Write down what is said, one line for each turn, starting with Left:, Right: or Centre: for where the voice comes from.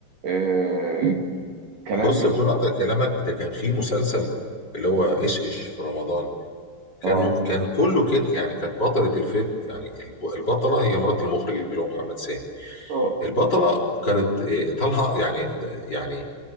Right: آه، كلام
Left: بص بدون قطع كلامك ده كان في مسلسل اللي هو ايش ايش في رمضان كان
Right: اه
Left: كان كله كده يعني كانت بطلة الفيلم يعني الب- البطلة هي مرات المخرج اللي هو محمد سامي
Right: اه
Left: البطلة كانت إيه، طالعة يعني يعني